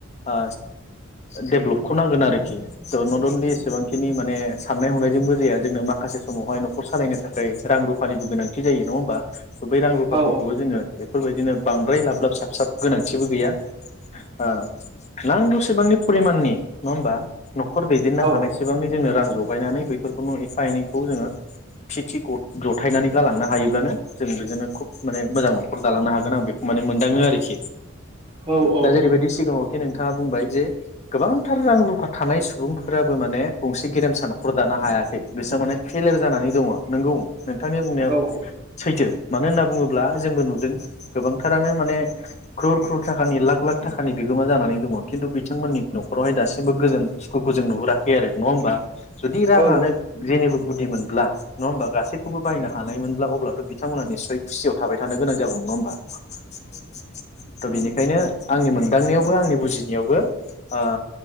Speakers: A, on the left; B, on the right.
A: ओ डेभलपखौ नांगोन आरोखि त नट अनलि एसेबांखिनि माने साननाय हनायजोंबो जाया जोंनो माखासे समावहाय नखर सालायनो थाखै रां रुफानिबो गोनांथि जायो नङा होमबा? त बे फाफोरखौबो
B: ओ
A: जोङो बे फोरबायदिनो बांद्राय लाब लाब साब साब गोनांथिबो गैया। ओ नांगौसेबांनि फरिमाननि नङा होमबा नखर दैदेननो
B: ओ उम औ
A: हानायसेबांनि
B: औ
A: जोंनो रां जगायनानै बैफोरखौनो एफा एनैखौ जोङो थि थि गद जथायनानै गालांनो हायोब्लानो जों बेजोंनो खुब माने मोजां नखर जालांनो हागोन आं बेखौ माने मोनदाङो आरोखि।
B: औ औ औ
A: दा जेरैबायदि
B: नोंथां
A: सिगाङाव खि नों थाङा बुंबाय जे गोबांथार रां रुफा थानाय सुबुंफोराबो माने गंसे गेरेमसा नखर दानो हायाखै, बिस्रा माने फेइलार जानानै दङ, नोंगौ नोंथांनि बुंनाया
B: औ
A: सैथो मानो होनना बुङो ब्ला जोंबो नुदों गोबांथारानो माने ख्रर ख्रर थाखानि लाख लाख थाखानि बिगोमा जानानै दङ खिन्थु बिथांमोननि नखरावहाय दासिमबो गोजोन सुखुखौ जों नुहुराखै आरो नङा होमबा, जुदि राङानो
B: औ
A: जेनिबो गुदि मोनब्ला नङा होमबा गासैखौबो बायनो हानाय मोनब्ला अब्लाथ बिथांमोना निसय खुसियाव थाबाय थानो गोनां जागौमोन नङा होमबा? <inaudible> त' बिनिखायनो आंनि मोनदांनायावबो आंनि बुजिनायावबो ओ